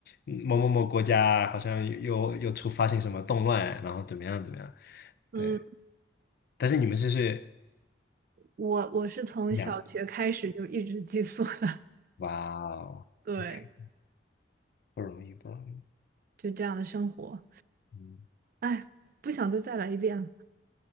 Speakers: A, on the left; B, on the right.
A: 嗯某某某国家好像又又出发生什么动乱，然后怎么样怎么样，
B: 嗯，
A: 对。但是你们就是
B: 我我是从小学开始就一直寄宿的。
A: 两，哇哦，OK，
B: 对，
A: 不容易不容易，
B: 就这样的生活，
A: 嗯，
B: 哎，不想再再来一遍了。